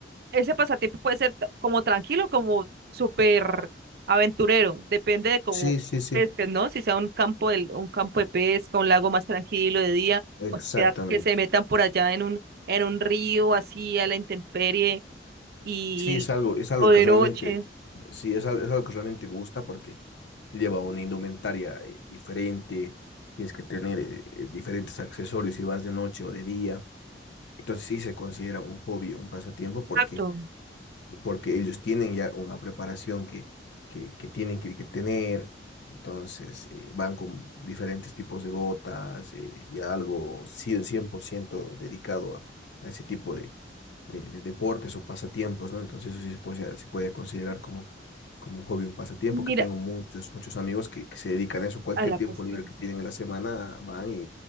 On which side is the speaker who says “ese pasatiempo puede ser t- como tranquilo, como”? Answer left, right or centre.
Right